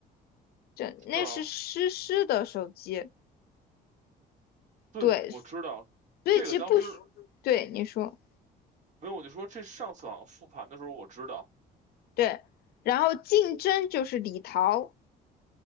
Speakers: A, on the left; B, on the right.
A: 这那是诗诗的手机，
B: 是啊，对，
A: 对，
B: 我知道，
A: 所以其实不需，
B: 这个当时
A: 对你说
B: 没有，我就说这上次好像复盘的时候我知道
A: 对，然后竞争就是李桃。